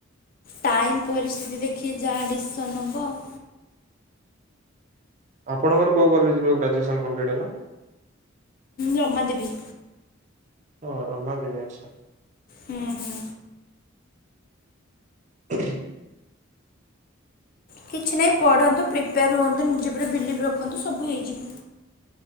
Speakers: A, on the left; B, on the right.
A: ଟାଇମ୍ ପରିସ୍ଥିତି ଦେଖି ଯାହା ଡିସିସନ୍ ନବ ଆଉ।
B: ଆପଣଙ୍କର କୋଉ କଲେଜରୁ ଗ୍ରାଜୁଏସନ କମ୍ପ୍ଲିଟ ହେଲା?
A: ରମା ଦେବୀ।
B: ଓ ରମା ଦେବି ଆଛା।
A: ହୁଁ ହୁଁ।
B: <inaudible>
A: କିଛି ନାହିଁ ପଢ଼ନ୍ତୁ ପ୍ରିପେୟାର ହୁଅନ୍ତୁ ନିଜ ଉପରେ ବିଲିଭ ରଖନ୍ତୁ ସବୁ ହେଇଯିବ।